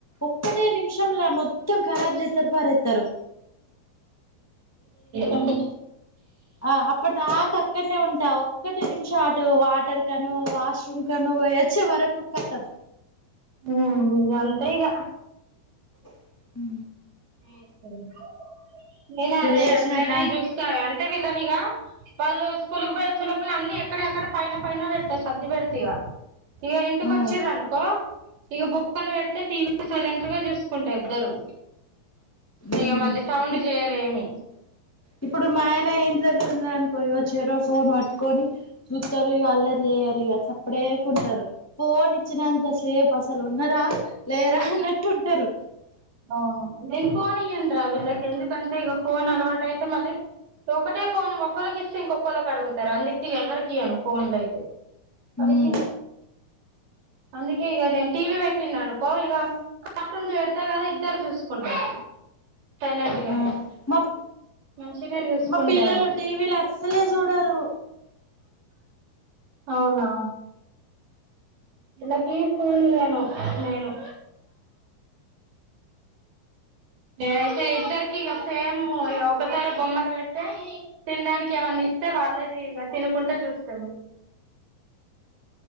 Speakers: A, on the left; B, on the right.
A: ఒక్కటే నిమిషంలా మొత్తం కరాబ్ చేత్తరు పారెతరు
B: ఉంటే
A: ఆ అప్పటి దాకా అక్కడనే ఉంటా ఒక్కటే నిమిషం అటు వాటర్ కన్నా వాష్ రూం కన్నా పోయే వచ్చే వరకు కతమ్
B: ఓహో ఇగ అంతే ఇకా
A: ఉ
B: ఆహో నేను అది
A: ఇగ లేసినాక
B: అట్లనే చూస్తాగాని వీళ్ళనిగా వాళ్ళు స్కూల్కి పోయి వచ్చేలోపల అన్ని ఎక్కడ ఎక్కడ పైన పైన పెడతా సర్ది పెడిత ఇక ఇక ఇంటికి
A: ఆ
B: వచ్చిర్రనుకో ఇక బొమ్మలు పెడితే టీవీ సైలెంట్ గా చూసుకుంటారు ఇద్దరు ఇగ
A: ఉమ్
B: మళ్ళీ సౌండ్
A: ఇప్
B: చేయరు ఏమి
A: ఇప్పుడు మా ఆయన ఏం దగ్గర వున్నారనుకో చెరో ఫోన్ పట్టుకొని చూతారు ఇగ అల్లరి చేయ్యరు ఇగ చప్ప అప్పుడేకుంటారు ఫోన్ ఇచ్చినంత సేపు అసలు ఉన్నరా లేరా అన్నట్టు ఉంటారు
B: అవును నేను ఫోన్ ఇయ్యాను రా వీళ్ళకి ఎందుకంటే ఇక ఫోన్ అలవాటు అయితే మళ్ళీ ఒకటే ఫోన్ ఒకళ్ళకి ఇస్తే ఇంకొకళ్ళకి అడుగుతారు అందుక ఎవరికి ఇయ్యను ఫోన్ లో అయితే అవి
A: ఉమ్
B: అందుకే ఇక నేను టీవీ పెట్టినా అనుకో ఇక కార్టూన్ కదా ఇద్దరు చూసుకుంటారు సైలెంట్ గానే
A: ఆ మా ప్
B: మంచినే చూసుకుంటారు
A: మా పిల్లలు టీవీలు అస్సలే చూడరు
B: అవునా వీళ్ళకి ఫోన్ ఇయ్య నేను అయితే ఇద్దరికిక సేమ్ ఒకసారి బొమ్మలు పెడితే తినడానికి ఏమన్నా ఇస్తే వాళ్ళేది ఇగ తినుకుంటే చూస్తారు